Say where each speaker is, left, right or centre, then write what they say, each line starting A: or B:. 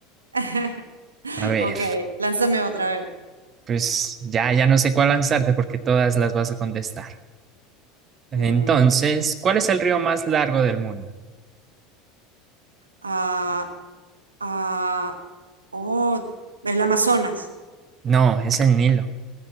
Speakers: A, on the right; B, on the right.
A: <laughs>
B: A ver,
A: Ok, lánzame otra vez.
B: pues ya, ya no sé cuál lanzarte porque todas las vas a contestar. Entonces,
A: Mm,
B: ¿cuál es el río más largo del mundo?
A: ah, ah, oh, el Amazonas.
B: No, es el Nilo.